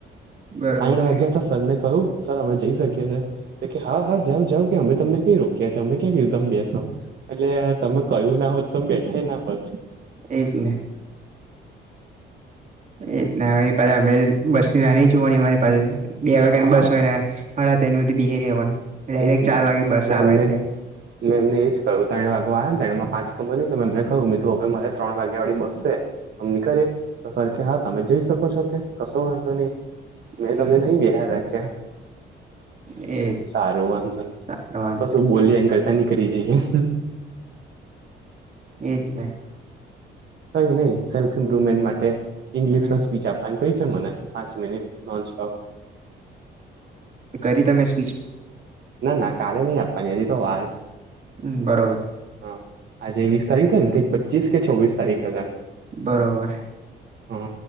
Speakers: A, on the right; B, on the right.
A: બરોબર
B: ત્રણ વાગ્યા તો. સર ને કહું સર અમે જઈ શકીએ છીએ. એ કે હા હા જાવ જાવ કે અમે તમને કઈ રોક્યા છે. અમે ક્યાં કીધું તમે બેસો એટલે તમે કયું ના હોત તો બેઠા ના હોત.
A: એજને. એજ ને ઇ પાછા અમે બસ ની નાની જોવા અરી પાસે બે વાગ્યાની
B: હા
A: બસ હોયને. હાડા ત્રળ હુદી બેહી રેવાનું ડાયરેક્ટ
B: એજ ને
A: ચાર વાગે બસ
B: મેં
A: આવે
B: એમને
A: તે.
B: મેં એમને એ જ કહ્યું ત્રણ વાગવા આને તણે પાચ ખબરની ત મે એમને કહ્યું મીકુ હવે મારે ત્રણ વાગ્યા વાળી બસસે. અમે નીકળએ તો સર કે હા તમે જઈ શકો છો કે કશો વાંધો નહીં. મેં
A: હમ
B: તમને નહીં બેહાર રાખ્યા.
A: એ.
B: હારુ વાંધો ની
A: સારો વાંધો
B: કશું
A: નઈ
B: બોલ્યા એન કરતાં નકળી જઈએ.
A: એ જ ને.
B: કઈ નહીં સેલ્ફ ઇમ્પ્રુવમેન્ટ માટે ઈંગ્લિશમાં
A: હમ
B: સ્પીચ આપવાની કઈ છે મને. પાંચ મિનિટ નોનસ્ટોપ.
A: એ કરી તમે સ્પીચ?
B: ના ના કાલે નહીં આપવાની હજી તો વાર છે.
A: હમ બરોબર.
B: હ આજે વીસ તારીખ છે ને પચીસ કે છવ્વીસ તારીખ હશે.
A: બરોબર.
B: હ